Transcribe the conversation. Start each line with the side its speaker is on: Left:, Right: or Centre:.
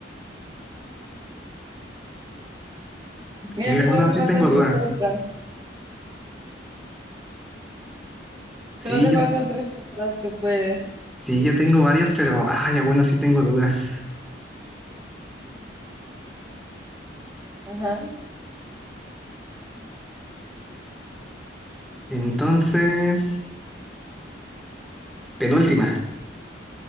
Right: Mira
Centre: Mira,
Right: que solo
Centre: aún así
Right: te faltan
Centre: tengo
Right: tres
Centre: dudas.
Right: letras. Solo
Centre: Sí,
Right: te
Centre: yo,
Right: faltan tres letras, tú puedes.
Centre: sí, yo tengo varias, pero, ay, aún así tengo dudas.
Right: Ajá.
Centre: Entonces, penúltima.